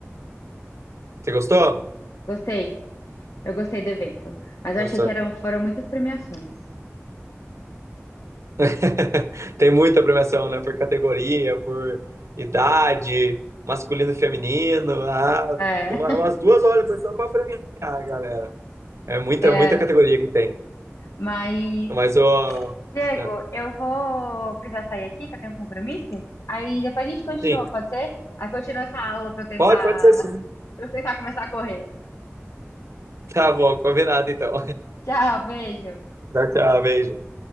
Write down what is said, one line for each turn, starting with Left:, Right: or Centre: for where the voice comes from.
Right: gostou?
Left: Gostei. Eu gostei do evento. Mas eu
Right: Gostou.
Left: achei que eram, foram muitas premiações.
Right: <laughs> Tem muita premiação, né? Por categoria, por idade, masculino e feminino. Ah,
Left: É,
Right: deu uma- umas duas horas depois só pra premiar, galera. É
Left: <laughs>
Right: muita,
Left: é.
Right: muita categoria que tem.
Left: Mas,
Right: Mas eu.
Left: Diego,
Right: ah,
Left: eu vou precisar sair aqui, que eu tenho um compromisso. Aí depois a gente continua,
Right: Sim,
Left: pode ser? Aí continua essa aula pra eu tentar,
Right: pode, pode ser sim.
Left: <laughs> pra eu tentar começar a correr.
Right: Tá bom, combinado então.
Left: Tchau, beijo.
Right: <laughs> Tchau, tchau, beijo.